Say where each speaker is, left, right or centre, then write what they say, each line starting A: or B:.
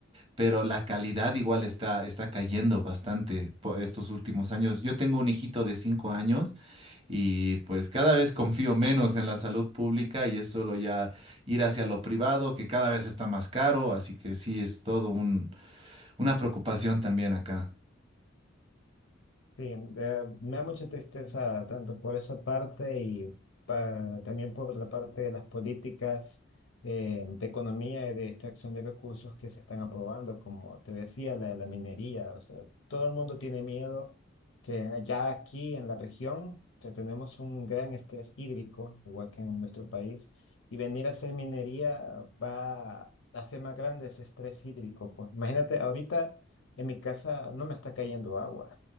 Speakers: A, on the right; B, on the left.
A: pero la calidad igual está está cayendo bastante por estos últimos años. Yo tengo un hijito de cinco años y pues cada vez confío menos en la salud pública y es solo ya ir hacia lo privado que cada vez está más caro, así que sí es todo un una preocupación también acá.
B: Sí, eh, me da mucha tristeza tanto por esa parte y pa- también por la parte de las políticas eh, de economía y de extracción de recursos que se están aprobando, como te decía, la de la minería. O sea, todo el mundo tiene miedo que ya aquí en la región que tenemos un gran estrés hídrico, igual que en nuestro país, y venir a hacer minería va a hacer más grande ese estrés hídrico. Pues imagínate, ahorita en mi casa no me está cayendo agua.